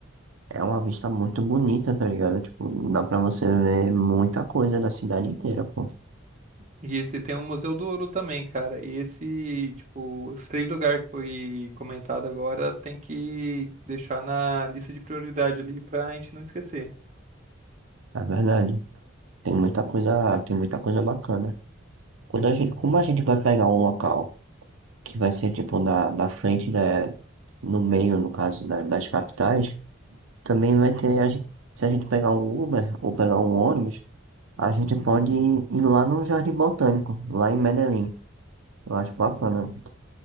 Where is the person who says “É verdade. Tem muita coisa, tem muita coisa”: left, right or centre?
Right